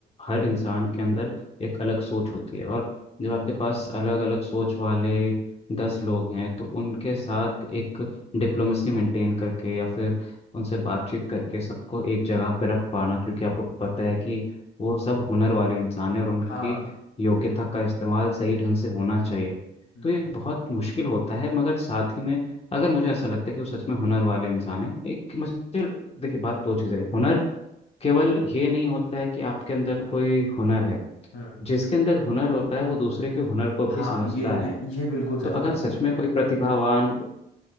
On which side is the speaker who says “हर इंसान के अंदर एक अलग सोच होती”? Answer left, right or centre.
Left